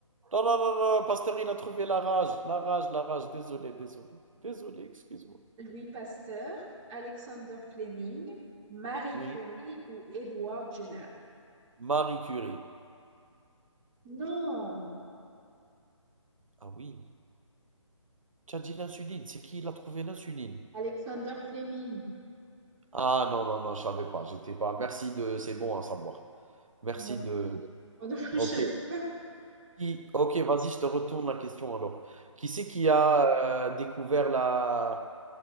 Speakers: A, on the right; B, on the right.
A: non, non, non, non, non, non, Pasteur, il a trouvé la rage, la rage, la rage, désolé, désolé, désolé, excuse-moi.
B: mais- Louis Pasteur, Alexander Fleming, Marie
A: Oui,
B: Curie ou Edward Jenner?
A: Marie Curie.
B: Non,
A: Ah oui, tu as dit l'insuline, c'est qui il a trouvé l'insuline?
B: Alexander Fleming.
A: Ah non, non, non, je savais pas. J'étais pas. Merci de. C'est bon à savoir. Merci
B: Moi non,
A: de.
B: moi non plus,
A: Ok.
B: je savais pas.
A: Qui- Ok, vas-y, je te retourne la question alors. Qui c'est qui a euh, découvert la...